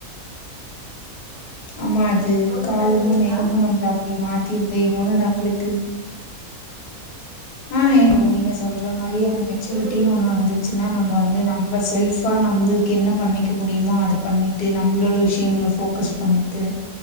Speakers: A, on the left (about 90°); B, on the right (about 50°).
A: ஆமா அது
B: உங்களுக்கு
A: காலமு
B: அந்த மாரி இருக்கா
A: நேரமு நம்ள அப்டி மாத்திருது இன்னொன்னு நம்ளுக்கு ஆ ஏனு நீங்க சொல்ற மாரி அந்த மெச்சூரிட்டின்
B: ம்
A: ஒன்னு வந்துச் சுனா நம்ம வந்து நம்ம செல்ஃபா நம்மள்க்கு என்ன பண்ணிக்க முடியுமோ அத பண்ணிட்டு நம்மளோட விஷ்யங்கள ஃபோக் கஸ் பண்ணிட்டு